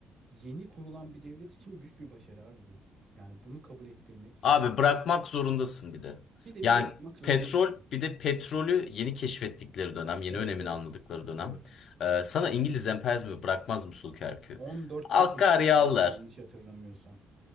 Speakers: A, on the right; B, on the left.
A: Yeni kurulan bir devlet için büyük bir başarı abi bu. Yani bunu kabul ettirmek.
B: Abi bırakmak zorundasın bir de.
A: Bir de
B: Yani
A: bırakmak zorundasın.
B: petrol bir de petrolü yeni keşfettikleri dönem, yeni
A: Evet
B: önemini
A: evet.
B: anladıkları dönem.
A: Evet.
B: Ee, sana İngiliz emperyalizmi bırakmaz Musul Kerkü.
A: 14'te
B: Akkar
A: keşfediliyor
B: yağlar.
A: yanlış hatırlamıyorsam.